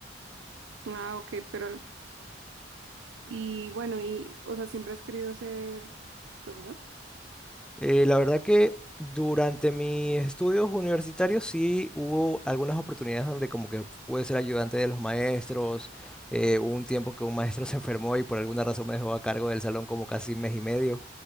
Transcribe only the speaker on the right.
Ah, ok, pero y bueno, y o sea, ¿siempre has querido ser profesor?